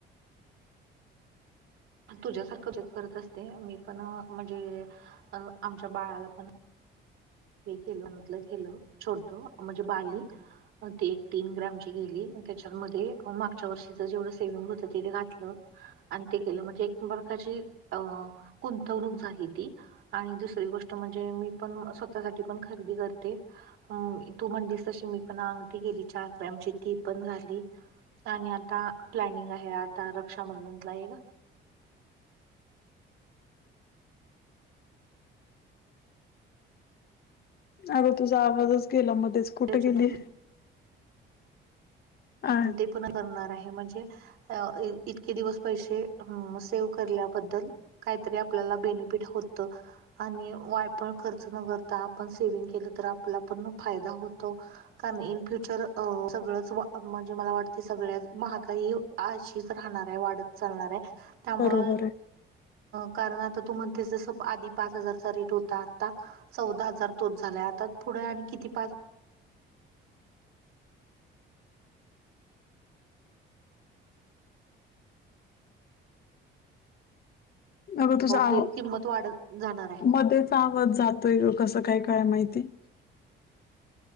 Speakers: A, on the right; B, on the left.
A: तुझ्यासारखंत करत असते मी पण म्हणजे आमच्या बाळाला पण हे केलं म्हटलं केलं छोट म्हणजे बाली ते एक तीन ग्रॅमची गेली त्याच्यामध्ये मागच्या वर्षीच जेवढं सेवि्हंग होतं तेिथे घातलं आणि ते गेलं म्हणजे एक प्रकाची अ गुंतवणूक झाली ती आणि दुसरी गोष्ट म्हणजे मी पण स्वतःसाठी पण खरेदी करते हम तू म्हणलीस तशी मी पण अंगठी गेली चार ग्रॅमची ती पण झाली आणि आता प्लॅनिंग आहे आता रक्षाबंधनचा एक
B: अगं तुझा आवाजच गेला मध्येच कुठे
A: त्याच्यातून
B: गेली हा
A: ते पन करणार आहे म्हणजे अ इतके दिवस पैसे सेव्ह करल्याबद्दल काहीतरी आपल्याला बेनिफिट होतं आणि वायपण खर्च न करता आपण सेवि्हंग केलं तर आपला पण फायदा होतो कारण इन फ्यूचर अ सगळंच म्हणजे मला वाटतं सगळ्या महागाई अशीच राहणार आहे वाढत चालणार आहे त्यामुळे
B: बरोबर
A: कारण आता तू म्हणतेसस आधी पाच हजारचा रेट होता आता चौदा हजार तोच झाला आता पुढे आणि किती पा
B: अग तुझ आव
A: हे किंमत वाढत जाणार आहे
B: मध्येच आवाज जातोय कसं काय काय माहिती